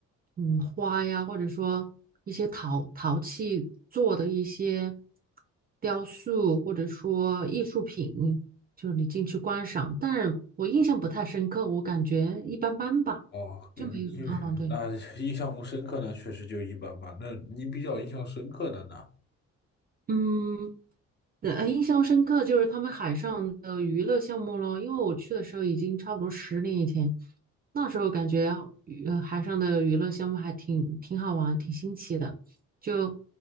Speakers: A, on the right; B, on the left.
A: 嗯花呀，或者说一些陶陶器做的一些雕塑，或者说艺术品，就是你进去观赏。但是我印象不太深刻，我感觉一般般吧，
B: 哦，印那
A: 就没有。嗯，对，
B: <laughs> 印象不深刻呢，确实就一般般。那你比较印象深刻的呢？
A: 嗯，呃印象深刻就是他们海上的娱乐项目咯，因为我去的时候已经差不多十年以前，那时候感觉啊娱呃海上的娱乐项目还挺挺好玩，挺新奇的，就